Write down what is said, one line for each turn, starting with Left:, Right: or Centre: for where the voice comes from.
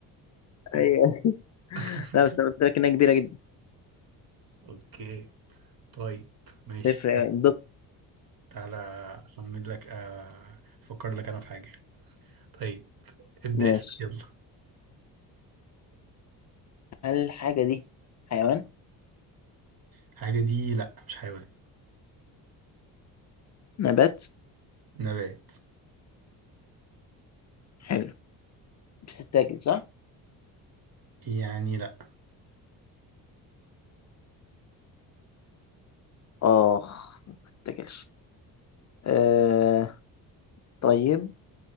Right: اه
Left: أيوه
Right: <laughs>
Left: لا بس انا قلت لك انها كبيره جدا
Right: اوكي طيب ماشي
Left: تفرق
Right: تعالى
Left: يعني الدقة.
Right: تعالى اخمن لك آه، افكر لك انا في حاجة طيب ابدأ
Left: ماشي
Right: اسأل يلا
Left: هل الحاجة دي حيوان
Right: الحاجة دي لا مش حيوان
Left: نبات
Right: نبات
Left: حلو بتتاكل صح؟
Right: يعني لا
Left: اخ ما تتاكلش أه طيب